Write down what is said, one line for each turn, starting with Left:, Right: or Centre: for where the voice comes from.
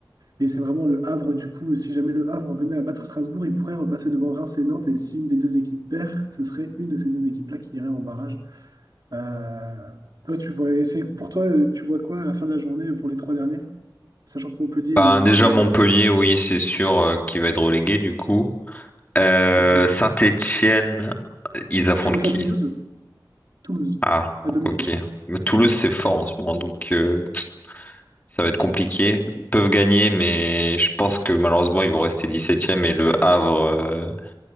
Right: Et c'est vraiment le Havre, du coup, si jamais le Havre venait à battre Strasbourg, il pourrait repasser devant Reims et Nantes, et si une des deux équipes perd, ce serait une de ces deux équipes-là qui irait en barrage. Euh, toi, tu vois, et c'est pour toi, euh, tu vois quoi à la fin de la journée euh, pour les trois derniers, sachant que Montpellier
Left: Ben,
Right: est 20
Left: déjà Montpellier,
Right: sûr.
Left: oui, c'est sûr, euh, qu'il va être relégué du coup. Euh,
Right: Euh,
Left: Saint-Étienne, ils affrontent
Right: Qui reçoit
Left: qui?
Right: Toulouse? Toulouse,
Left: Ah,
Right: à domicile.
Left: ok. Mais Toulouse, c'est fort en ce moment, donc euh, ça va être compliqué. Ils peuvent gagner, mais je pense que malheureusement, ils vont rester dix-septième. et le Havre, euh,